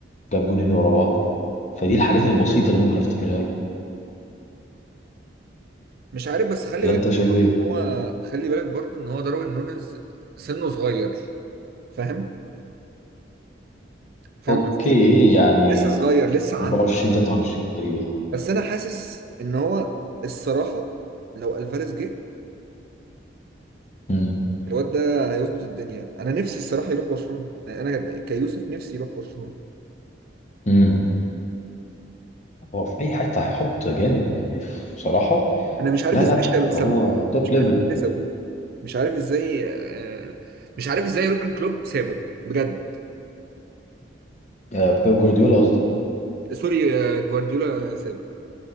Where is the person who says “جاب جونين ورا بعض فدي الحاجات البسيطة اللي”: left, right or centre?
Left